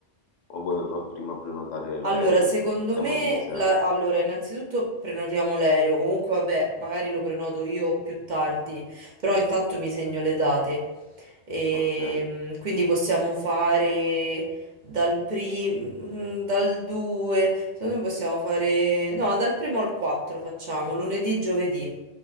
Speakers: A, on the left; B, on the right.
A: o vuoi fa- prima prenotare l'aereo
B: Allora, secondo
A: e poi pensiamo
B: me,
A: al museo?
B: la- allora, innanzitutto prenotiamo l'aereo. Comunque, vabbè, magari lo prenoto io più tardi, però intanto mi segno le date. E,
A: Ok,
B: mm, quindi possiamo fare dal primo, dal 2, secondo me possiamo fare, no, dal primo al 4 facciamo, lunedì, giovedì.